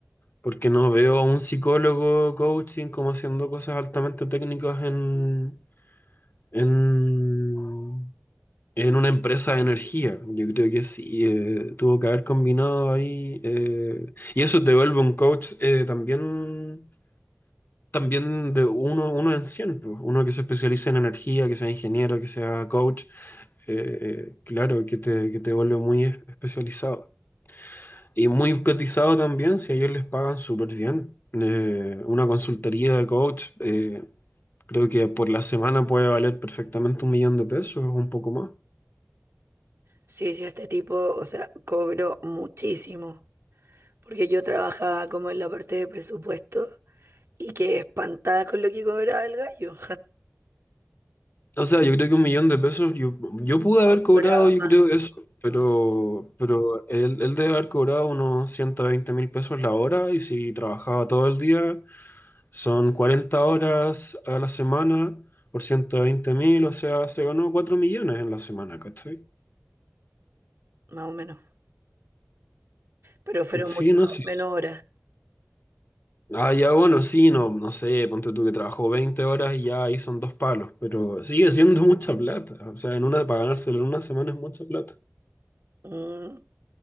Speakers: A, on the left; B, on the right.
A: Porque no veo a un psicólogo coaching como haciendo cosas altamente técnicas en, en, en una empresa de energía. Yo creo que sí, eh, tuvo que haber combinado ahí. eh, y eso te vuelve un coach eh, también, también de uno, uno en cien, pues. uno que se especialice en energía, que sea ingeniero, que sea coach. eh, claro, que te, que te vuelve muy especializado. Y muy cotizado también, si a ellos les pagan súper bien. Eh, una consultoría de coach, eh, creo que por la semana puede valer perfectamente un millón de pesos o un poco más.
B: Sí, sí, este tipo, o sea, cobró muchísimo, porque yo trabajaba como en la parte de presupuesto. Y quedé espantada con lo que cobraba el gallo.
A: O sea, yo creo que un millón de pesos, yo, yo pude haber
B: No,
A: cobrado,
B: cobraba
A: yo
B: más,
A: creo eso, pero, pero él, él debe haber cobrado unos ciento veinte mil pesos la hora y si trabajaba todo el día, son 40 horas a la semana por ciento veinte mil, o sea, se ganó 4 millones en la semana, ¿cachai?
B: más o menos. Pero fueron
A: Sí,
B: mucho
A: no sé.
B: menos horas.
A: Ah, ya bueno, sí, no, no sé, ponte tú que trabajó 20 horas y ya ahí son dos palos, pero sigue siendo mucha plata. O sea, en una, para ganárselo en una semana es mucha plata.
B: Mm,